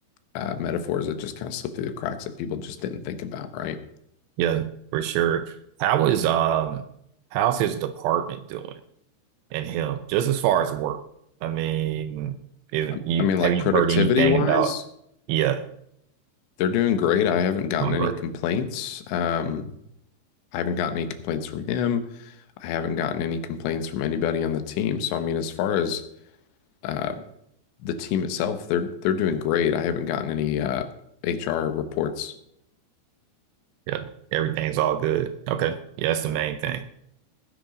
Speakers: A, on the left; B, on the right.
A: uh, metaphors that just kind of slipped through the cracks that people just didn't think about, right?
B: Yeah, for sure. How is um how's his department doing and him, just as far as work? I mean, is
A: I,
B: you
A: I mean, like
B: have you
A: productivity
B: heard anything
A: wise,
B: about yeah,
A: they're doing great. I haven't gotten
B: doing
A: any
B: great.
A: complaints. Um, I haven't gotten any complaints from him. I haven't gotten any complaints from anybody on the team. So I mean, as far as uh, the team itself, they're they're doing great. I haven't gotten any uh, HR reports.
B: Yeah. Everything's all good. Okay. Yeah, that's the main thing.